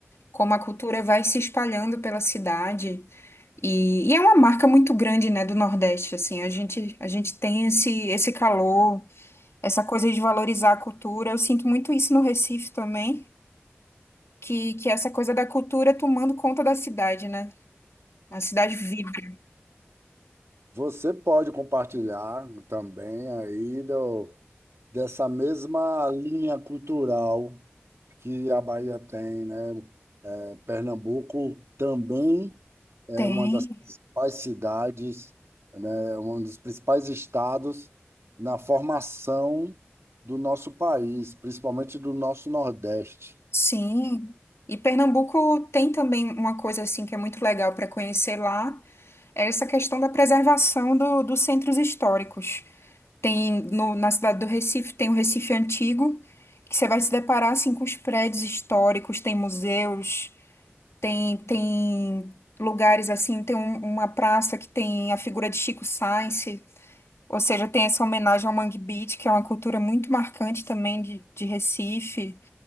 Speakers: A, on the left; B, on the right.
A: como a cultura vai se espalhando pela cidade. E, e é uma marca muito grande, né, do Nordeste, assim. A gente, a gente tem esse, esse calor, essa coisa de valorizar a cultura. Eu sinto muito isso no Recife também. que, que é essa coisa da cultura tomando conta da cidade, né? A cidade vibra.
B: Você pode compartilhar também aí do, dessa mesma linha cultural que a Bahia tem, né? É, Pernambuco também é
A: Tem,
B: uma das principais cidades, né? É Um dos principais estados na formação do nosso país, principalmente do nosso Nordeste.
A: sim. E Pernambuco tem também uma coisa assim que é muito legal para conhecer lá, é essa questão da preservação do- dos centros históricos. Tem no- na cidade do Recife, tem o Recife Antigo, que você vai se deparar assim com os prédios históricos, tem museus, tem tem lugares assim, tem um- uma praça que tem a figura de Chico Sainz, Ou seja, tem essa homenagem ao Mangue Beach, que é uma cultura muito marcante também de, de Recife.